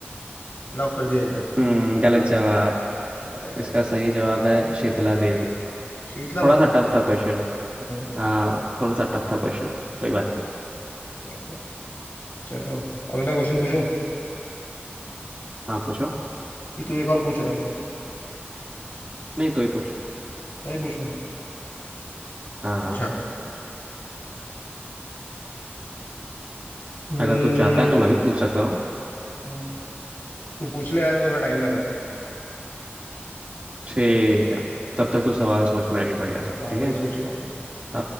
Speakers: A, on the left; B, on the right.
A: लॉक कर दिया जाए
B: हम्म गलत जवाब
A: अरे यार
B: इसका सही जवाब है शीतला देवी
A: शीतला
B: थोड़ा
A: माता
B: सा टफ था क्वेश्चन
A: हम्म,
B: हाँ थोड़ा सा टफ था क्वेश्चन कोई बात नहीं
A: अच्छा, चलो अगला क्वेश्चन पूछूं
B: हाँ पूछो
A: कि तू एक और पूछ रहा है
B: नहीं तो ही पूछ
A: मैं ही पूछूं
B: हाँ
A: अच्छा
B: हाँ
A: हम्म
B: अगर तू चाहता है तो मैं भी पूछ सकता हूँ
A: हम्म, तू पूछ ले यार मेरे को थोड़ा टाइम लग रहा है
B: ठीक है तब तक
A: हम्म,
B: तू सवाल सोच मेरे लिए बढ़िया साहब
A: हाँ
B: ठीक
A: वही
B: है
A: सोच ही रहा हूँ मैं।
B: आ,